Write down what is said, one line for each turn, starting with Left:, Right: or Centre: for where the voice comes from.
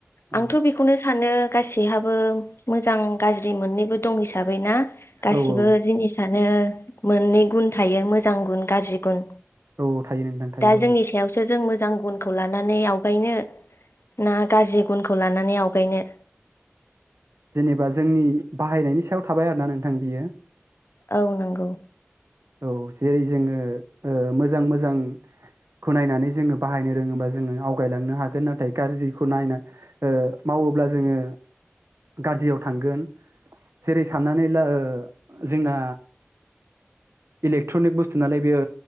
Right: औ
Left: आंथ' बेखौनो सानो गासैहाबो मोजां गाज्रि मोननैबो दं हिसाबै ना गासिबो
Right: औ औ
Left: जिनिसा नो मोननै गुन थायो मोजां गुन गाज्रि गुन
Right: औ थायो नोंथां थायो
Left: दा जोंनि
Right: औ
Left: सायावसो जों मोजां गुनखौ लानानै आवगायनो ना गाज्रि गुनखौ लानानै आवगायनो
Right: जेनेबा जोंनि बाहायनायनि सायाव थाबाय आरोना नोंथां बियो
Left: औ नंगौ
Right: औ जेरै जोङो ओ मोजां मोजां खौ नायनानै जोङो बाहायनो रोङोबा जोङो आवगायलांनो हागोन नाथाय गाज्रिखौ नायना ओ माव वोब्ला जोङो गाज्रियाव थांगोन जेरै साननानै ला जोंना इलेक्ट्रनिक बुस्थु नालाय बेयो